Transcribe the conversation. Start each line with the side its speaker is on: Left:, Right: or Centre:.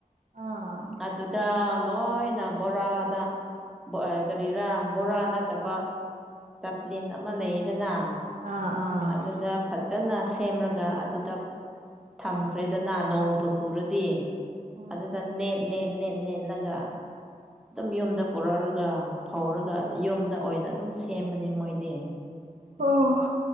Right: ꯑꯥ
Centre: ꯑꯗꯨꯗ ꯂꯣꯏꯅ ꯕꯣꯔꯥꯗ ꯀꯔꯤꯔꯥ ꯕꯣꯔꯥ ꯅꯠꯇꯕ ꯇꯞꯂꯤꯟ ꯑꯃ ꯂꯩꯗꯅ
Right: ꯑꯥ
Centre: ꯑꯗꯨꯗ ꯐꯖꯅ ꯁꯦꯝꯔꯒ ꯑꯗꯨꯗ ꯊꯝꯈ꯭ꯔꯦꯗꯅ ꯅꯣꯡꯕꯨ ꯁꯨꯔꯗꯤ
Right: ꯑꯥ
Centre: ꯑꯗꯨꯗ ꯅꯦꯠ ꯅꯦꯠ ꯅꯦꯠ ꯅꯦꯠꯂꯒ ꯑꯗꯨꯝ ꯌꯨꯝꯗ ꯄꯨꯔꯛꯑꯒ ꯐꯧꯔꯒ ꯌꯨꯝꯗ ꯑꯣꯏꯅ ꯑꯗꯨꯝ ꯁꯦꯝꯕꯅꯦ ꯃꯣꯏꯗꯤ
Right: ꯑꯣ